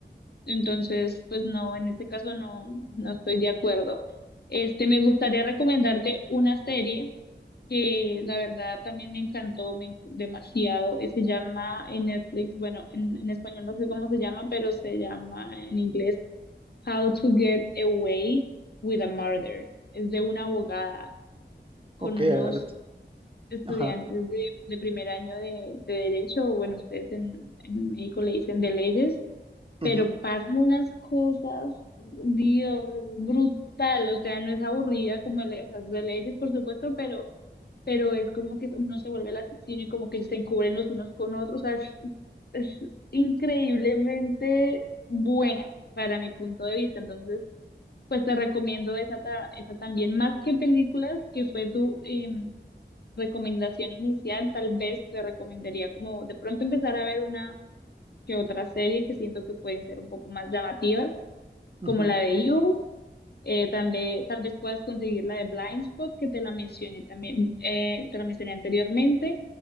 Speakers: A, on the left; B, on the right.
A: Entonces, pues no, en este caso no, no estoy de acuerdo. Este, me gustaría recomendarte una serie que la verdad también me encantó me- demasiado. y Se llama en Netflix, bueno, en, en español no sé cómo se llama, pero se llama en inglés How to Get Away with a Murder. Es de una abogada con
B: Ok,
A: unos
B: a ver.
A: estudiantes
B: Ajá.
A: de, de primer año de, de derecho, o bueno, ustedes en, en México le dicen de leyes
B: ujú,
A: pero pasan unas cosas, Dios, es brutal, o sea, no es aburrida como, de, o sea, es de leyes, por supuesto, pero, pero es como que uno se vuelve el asesino y como que se encubren los unos con otros, o sea, es, es increíblemente buena para mi punto de vista, entonces, pues te recomiendo esa, ta- esa también, más que películas, que fue tu... em, recomendación inicial, tal vez te recomendaría como de pronto empezar a ver una que otra serie que siento que pueden ser un poco más llamativas como
B: ujú.
A: la de You. eh, tal vez, tal vez puedas conseguir la de Blind Spot, que te la mencioné también, eh, te la mencioné anteriormente,